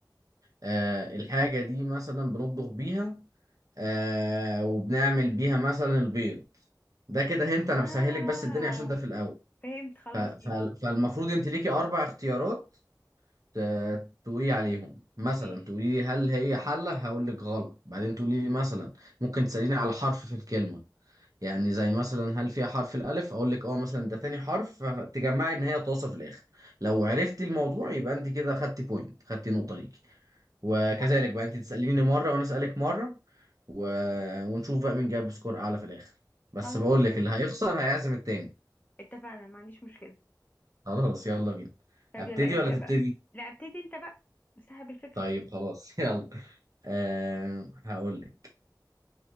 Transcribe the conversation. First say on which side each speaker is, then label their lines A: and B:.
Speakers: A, on the right (about 50°); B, on the left (about 20°).
A: آه الحاجة دي مثلا بنطبخ بيها آه وبنعمل بيها مثلا البيض ده كده هنت انا
B: اه
A: بسهلك بس الدنيا عشان ده في الاول
B: فهمت خلاص
A: ف... ف...
B: ماشي
A: فالمفروض انت ليكي اربع اختيارات ت- تقولي عليهم مثلا
B: ماشي
A: تقولي لي هل هي حلة هقول لك غلط بعدين تقولي لي مثلا ممكن تسأليني على حرف في الكلمة يعني زي مثلا هل فيها حرف الالف اقول لك اه مثلا ده تاني حرف فتجمعي ان هي طاسة في الاخر لو عرفتي الموضوع يبقى انت كده خدتي بوينت خدتي نقطة ليكي وكذلك
B: فهمت.
A: بقى انت تسأليني مرة وانا أسألك مرة و... ونشوف بقى مين جاب سكور اعلى في الاخر بس
B: خلاص
A: بقول
B: ماشي
A: لك اللي هيخسر هيعزم التاني
B: اتفقنا ما عنديش مشكله
A: خلاص يلا بينا
B: طب
A: ابتدي
B: يلا ابدا
A: ولا تبتدي
B: بقى لا ابتدي انت بقى صاحب الفكره
A: طيب خلاص <laughs> يلا أه هقول لك